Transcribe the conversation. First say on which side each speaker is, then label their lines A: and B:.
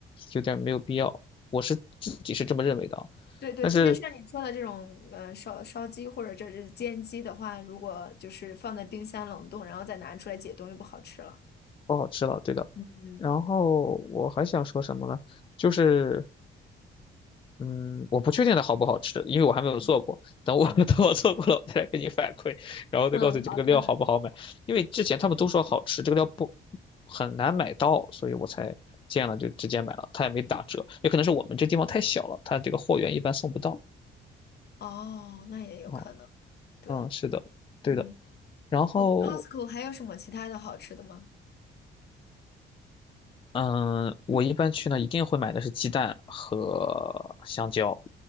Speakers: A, on the left; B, on the left.
A: 有点没有必要，我是自己是这么认为的啊。
B: 对对，
A: 但是
B: 特别像你说的这种呃烧烧鸡或者这是煎鸡的话，如果就是放在冰箱冷冻，然后再拿出来解冻，又不好吃了。
A: 不好吃了，对的。
B: 嗯
A: 然后我还想说什么呢？就是，嗯，我不确定它好不好吃，因为我还没有做过。
B: 嗯
A: 等我
B: 嗯，
A: <laughs> 等我做过了，我再来给你反馈，然后再告诉你这个料好不好买。
B: 嗯好的。
A: 因为之前他们都说好吃，这个料不很难买到，所以我才见了就直接买了，它也没打折。也可能是我们这地方太小了，它这个货源一般送不到。
B: 哦，那也有可能。
A: 啊，
B: 对，
A: 嗯，是的，对的。
B: 嗯，
A: 然后
B: 我 Costco 还有什么其他的好吃的吗？
A: 嗯，我一般去呢，一定会买的是鸡蛋和香蕉，